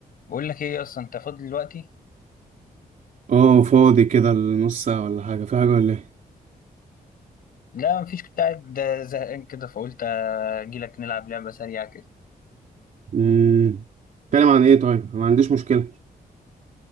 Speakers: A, on the left; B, on the right.
A: بقول لك ايه اصلا انت فاضي دلوقتي
B: اه فاضي كده لنص ساعة ولا حاجة في حاجة ولا ايه
A: لا مفيش كنت قاعد زهقان كده فقلت اجي لك نلعب لعبه سريعه كده
B: امم اتكلم عن ايه طيب أنا ما عنديش مشكلة